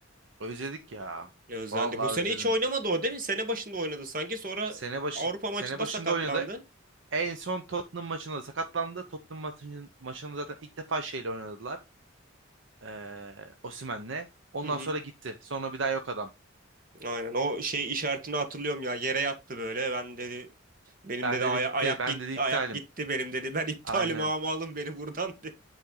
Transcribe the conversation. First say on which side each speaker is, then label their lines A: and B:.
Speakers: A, on the right; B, on the right.
A: Özledik ya.
B: Ya Özlendi.
A: Vallahi
B: Bu sene
A: özledim.
B: hiç oynamadı o değil mi? Sene başında oynadı sanki. Sonra
A: Sene başın
B: Avrupa maçında
A: sene başında
B: sakatlandı.
A: oynadı. En son Tottenham maçında sakatlandı. Tottenham maçın, maçında zaten ilk defa şeyle oynadılar. Ee, Osimhen'le. Ondan
B: Hı hı.
A: sonra gitti. Sonra bir daha yok adam.
B: Aynen o şey işaretini hatırlıyorum ya yere yattı böyle ben dedi benim
A: Ben
B: dedi
A: dedi
B: aya-
A: bitti.
B: ayak
A: Ben
B: gitti
A: dedi iptalim.
B: ayak gitti benim dedi <laughs> ben iptalim
A: Aynen.
B: ama alın beni buradan <laughs> dedi.